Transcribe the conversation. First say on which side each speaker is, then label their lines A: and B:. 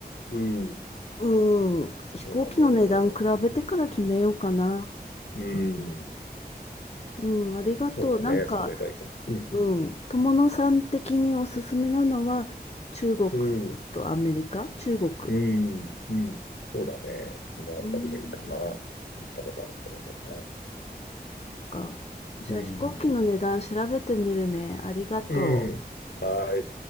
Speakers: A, on the left; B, on the left.
A: うん、
B: うん、
A: そうだね。
B: 飛行機の値段比べてから決めようかな。
A: うん、
B: うん、ありがとう。
A: そうだね。
B: なんか、
A: それがいいかも。うん、
B: うん、友野さん的におすすめなのは中国
A: うん、
B: とアメリカ、中国。
A: うん、うん。そうだね。そのあたりがいいかな。
B: うん
A: 行ったことあるからね。はい。
B: そっか。じゃあ飛行機の値段調べてみるね。
A: うん、
B: ありがとう
A: うん。はい。